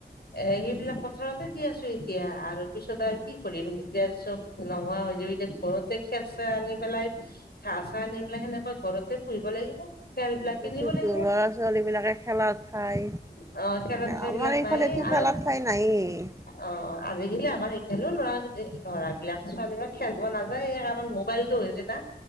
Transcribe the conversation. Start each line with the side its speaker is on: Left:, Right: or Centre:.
Left: এ সেইবিলাক পথাৰতে দি আছো এতিয়া আৰু পিছত আৰু কি কৰিম যেতিয়া চব নোহোৱা হৈ যাব এতিয়া ঘৰতে খেৰ-চেৰ আনি পেলাই ঘাঁহ-চাহ আনি পেলাই সেনেকুৱা ঘৰতে পুহিব লাগিব খেৰ বিলাক কিনিব
Right: সেইটোৱেটো
Left: লাগিব
Right: ল'ৰা-ছোৱালী বিলাকে খেলাৰ ঠাই।
Left: অ খেৰৰ ঠাই
Right: আমাৰ
Left: বিলাক
Right: এইফালেতো
Left: নাই আৰু
Right: খেলাত ঠাই নাইয়ে।
Left: অ অ, আজিকালি আমাৰ এতিয়ালেও ল'ৰা যুটে লৰাবিলাক ছোৱালীবিলাক খেলব নাযায় সেইকাৰণ মোবাইলটো হৈছে না